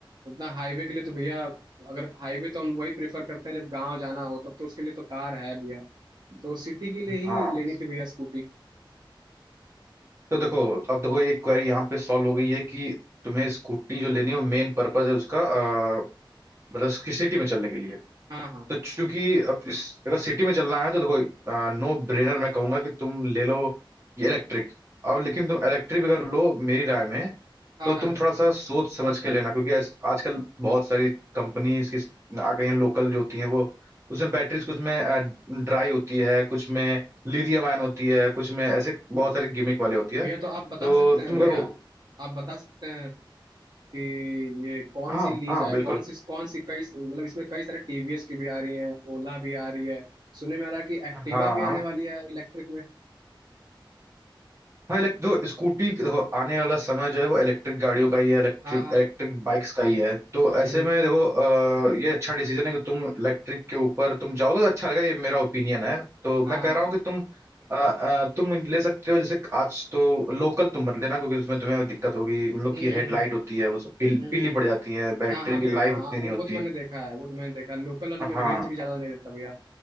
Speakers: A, on the right (about 55°); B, on the right (about 30°).
A: उतना हाईवे के लिए तो भैया अगर हाईवे तो हम वही प्रेफर करते हैं जब गांव जाना हो तब तो उसके लिए तो कार है भैया तो सिटी के लिए ही
B: हाँ
A: लेनी थी भैया स्कूटी
B: तो देखो अब देखो ये क्वेरी यहाँ पे सॉल्व हो गई है कि तुम्हें स्कूटी जो लेनी है वो मेन पर्पज है उसका अ, मतलब कि सिटी में चलने के लिए
A: हाँ हाँ
B: तो चूंकि अब इस अगर सिटी में चलना है तो देखो नो ब्रेनर मैं कहूंगा कि तुम ले लो ये इलेक्ट्रिक और लेकिन तुम इलेक्ट्रिक अगर लो मेरी राय में
A: हाँ
B: तो तुम
A: हाँ
B: थोड़ा सा सोच समझ के लेना क्योंकि आज- आजकल बहुत सारी कंपनीज की आ गई हैं लोकल जो होती हैं वो उसमें बैटरीज कुछ में ड्राई होती है कुछ में लिथियम आयन होती है कुछ में ऐसे बहुत सारे गिमिक वाले होती है
A: भैया तो आप बता
B: तो
A: सकते हैं
B: तुम
A: भैया
B: करो
A: आप बता सकते हैं कि ये कौन
B: हाँ
A: सी ली
B: हाँ
A: जाए
B: बिल्कुल
A: कौन सी कौन सी कई मतलब इसमें कई सारे टीवीएस की भी आ रही है ओला भी आ रही है सुनने में आ रहा है कि एक्टिवा
B: हाँ
A: भी
B: हाँ
A: आने वाली है इलेक्ट्रिक में
B: हाँ इलेक्ट दो स्कूटी देखो, आने वाला समय जो है वो इलेक्ट्रिक गाड़ियों का ही है इलेक्ट्रिक
A: हाँ हाँ
B: इलेक्ट्रिक बाइक्स का ही है तो
A: हम्म,
B: ऐसे में देखो अ, ये अच्छा डिसीजन है कि तुम इलेक्ट्रिक के ऊपर तुम जाओगे तो अच्छा रहेगा ये मेरा ओपिनियन है तो मैं
A: हाँ
B: कह
A: हाँ
B: रहा हूँ कि तुम अ, अ, तुम ले सकते हो जैसे आज तो लोकल तुम मत लेना क्योंकि उसमें तुम्हें दिक्कत होगी उन लोग
A: हम्म
B: की हेडलाइट
A: हम्म
B: होती है वो सब पील,
A: हम्म
B: पीली
A: हम्म,
B: पड़
A: हम्म।
B: जाती है बैटरी
A: हाँ हाँ
B: की
A: भैया
B: लाइफ
A: हाँ
B: उतनी
A: हाँ, वो
B: नहीं होती
A: वो तो मैंने देखा है वो तो मैंने देखा है लोकल वाले में
B: हाँ
A: रेंज भी ज्यादा नहीं देता भैया